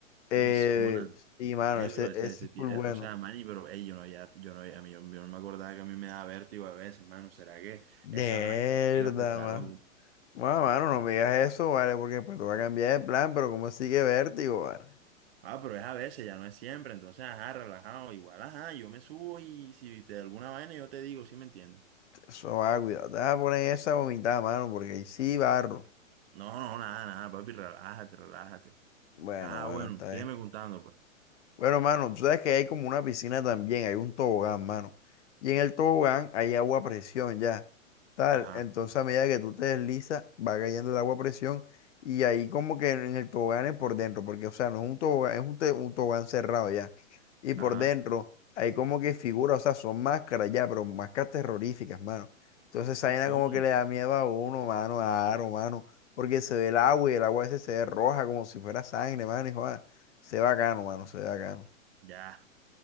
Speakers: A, on the left (about 60°); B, on the right (about 45°).
A: Eh,
B: Uy, zona.
A: sí, mano,
B: Ey,
A: ese,
B: bro, ese,
A: ese
B: ese
A: es
B: ti-
A: full
B: eh,
A: bueno.
B: o sea, mani, pero, ey, yo no, ya, yo no, a mí, yo, yo no me acordaba que a mí me da vértigo a veces, mano, ¿será que
A: Mierda,
B: esa vaina me quiere afectar
A: mano.
B: algo?
A: Bueno, mano, no me digas eso, vale, porque pues te va a cambiar de plan, pero como sigue vértigo, vale.
B: Ah, pero es a veces, ya no es siempre, entonces, ajá, relajado, igual, ajá, yo me subo y si te da alguna vaina yo te digo, ¿sí me entiendes?
A: Eso va, cuidado. Te vas a poner esa vomitada, mano, porque ahí sí barro.
B: No, no, nada, nada, papi, relájate, relájate.
A: Bueno,
B: Ah,
A: bueno,
B: bueno,
A: está
B: sígueme
A: bien.
B: contando, pues.
A: Bueno, mano, tú sabes que hay como una piscina también, hay un tobogán, mano. Y en el tobogán hay agua a presión ya. tal.
B: Ajá,
A: Entonces, a medida que tú te deslizas, va cayendo el agua a presión y ahí como que en el tobogán es por dentro, porque, o sea, no es un tobogán, es un, te- un tobogán cerrado ya. Y por
B: ajá.
A: dentro hay como que figuras, o sea, son máscaras ya, pero máscaras terroríficas, mano. Entonces, esa
B: Uy,
A: vaina
B: ¿cómo?
A: como que le da miedo a uno, mano, a Aro, mano, porque se ve el agua y el agua ese se ve roja como si fuera sangre, mano, y joda, se ve bacano, mano, se ve bacano.
B: Ya.